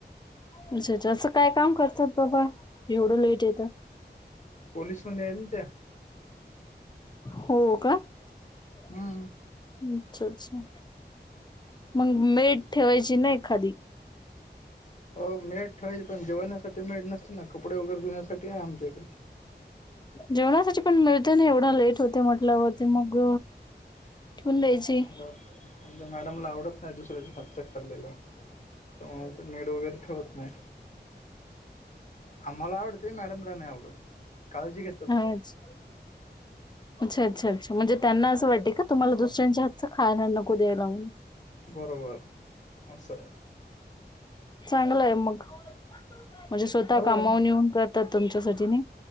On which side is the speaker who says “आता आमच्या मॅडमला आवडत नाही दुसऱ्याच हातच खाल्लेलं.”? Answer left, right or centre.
Left